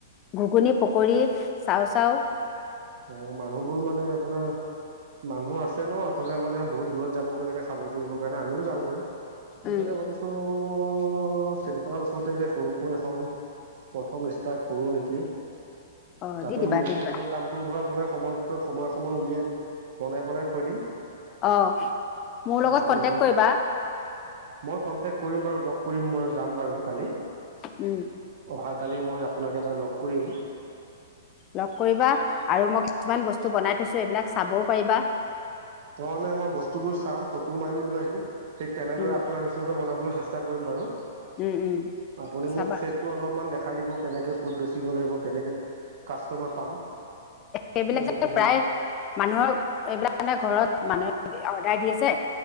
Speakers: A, on the left; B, on the right.
A: ঘুগুনী পকৰী চাও চাওঁ
B: ত মানুহবোৰ মানে আপোনাৰ মানুহ আছে ন এফালে মানে বহুত দূৰত যাবগে লাগে খাবৰ কৰিবৰ কাৰণে আমিও যাওঁগৈ সেইকাৰণে
A: উম
B: ভাৱিছো অ চেণ্টাৰৰ ওচৰতে সৰুকৈ এখন প্ৰথম ষ্টাৰ্ট কৰো নেকি
A: অ
B: তাতে
A: দি দিবা
B: মূৰ্তি
A: দি দিবা
B: বনোৱা কাম ত ধৰা আপোনাৰ সময়- সময়ে সময়ে উলিয়াই বনাই বনাই থৈ দিম।
A: অ' মোৰ লগত
B: বাকী
A: কন্টেক
B: ধৰ
A: কৰিবা।
B: মই কনটেক্ট কৰিম বাৰু লগ কৰিম মই যাম বাৰু কালি।
A: উম,
B: অহাকালি মই আপোনাক এবাৰ লগ কৰিম।
A: লগ কৰিবা আৰু মই কিছুমান বস্তু বনাই থৈছো এইবিলাক চাবও পাৰিবা।
B: ন মানে মই বস্তুবোৰ চাম ফটো মাৰিও লৈ আহিম। ঠিক তেনেদৰে
A: উম
B: আপোনাৰ নিচিনাকৈ বনাবলৈ চেষ্টা চেষ্টা কৰিম বাৰু।
A: উম উম
B: আপুনি
A: চাবা
B: মোক চেলটো অলপমান দেখাই দিব। কেনেকে ক'ত বেচিব লাগিব কেনেকে কাষ্টমাৰ পাম।
A: সেইবিলাক
B: এইসমূহ
A: যে প্ৰায় মানুহৰ এইবিলাক মানে ঘৰত। মানুহে অৰ্ডাৰ দি আছে।